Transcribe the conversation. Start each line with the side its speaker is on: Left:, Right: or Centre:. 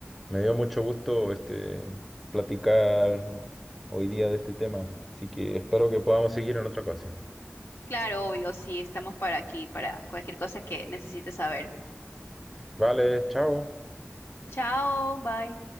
Centre: me dio mucho gusto este, platicar hoy día de este tema, así que espero que podamos seguir en otra ocasión.
Left: Claro, obvio, sí, estamos para aquí, para cualquier cosa que necesites saber.
Centre: Vale, chao.
Left: Chao, bye.